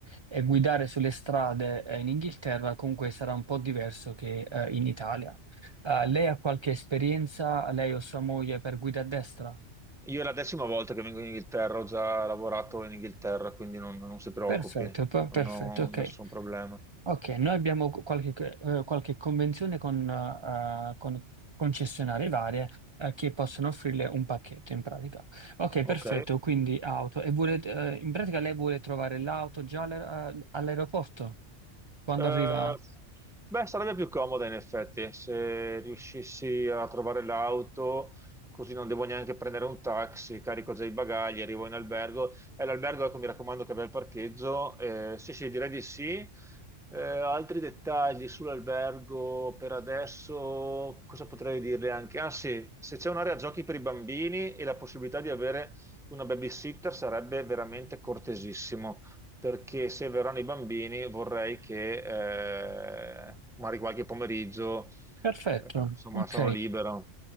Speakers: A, on the right; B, in the centre.
A: e guidare sulle strade eh, in Inghilterra comunque sarà un po' diverso che eh, in Italia. Eh, lei ha qualche esperienza, lei o sua moglie, per guida a destra?
B: Io è la decima volta che vengo in Inghilterra, ho già lavorato in Inghilterra, quindi non, non si preoccupi,
A: Perfetto, per-
B: non
A: perfetto,
B: ho
A: ok.
B: nessun problema.
A: Ok, noi abbiamo co- qualche, eh, qualche convenzione con, eh, con concessionarie varie, eh, che possono offrirle un pacchetto in pratica. Ok,
B: Ok.
A: perfetto, quindi auto. E vuole, eh, in pratica lei vuole trovare l'auto già all'aer- all'aeroporto quando
B: Eh,
A: arriva?
B: beh, sarebbe più comoda in effetti se riuscissi a trovare l'auto, così non devo neanche prendere un taxi, carico già i bagagli, arrivo in albergo. E l'albergo, ecco, mi raccomando che abbia il parcheggio. Eh, sì, sì, direi di sì. Eh, altri dettagli sull'albergo per adesso, cosa potrei dirle anche? Ah sì, se c'è un'area giochi per i bambini e la possibilità di avere una babysitter sarebbe veramente cortesissimo perché se verranno i bambini vorrei che eh, magari qualche pomeriggio,
A: Perfetto,
B: eh, insomma,
A: ok.
B: sono libero.